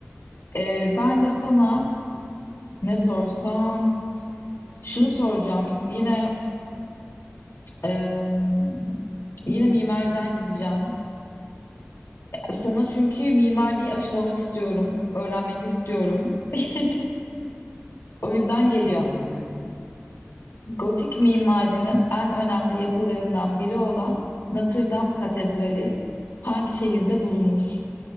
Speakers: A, on the left; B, on the right.
A: Ee, ben
B: İnşallah.
A: de sana ne sorsam şunu soracağım. Yine em, yine mimariden gideceğim. Sana çünkü mimariyi aşılamak istiyorum, öğrenmeni istiyorum. <laughs> O yüzden geliyor.
B: Umarım öğrenebilirim.
A: Gotik mimarinin en önemli yapılarından biri olan Notre Dame Katedrali hangi şehirde bulunur?